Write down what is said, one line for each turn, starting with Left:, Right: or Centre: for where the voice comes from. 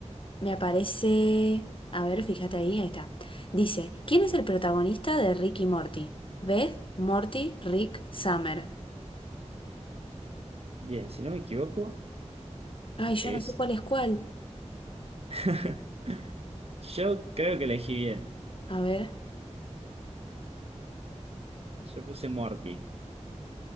Left: me aparece. A ver, fíjate ahí, ahí está. Dice: ¿Quién es el protagonista de Rick y Morty? Beth, Morty, Rick, Summer.
Right: Bien, si no me equivoco,
Left: Ay, yo
Right: es...
Left: no sé cuál es cuál.
Right: <laughs> Yo creo que elegí bien.
Left: A ver.
Right: Yo puse Morty.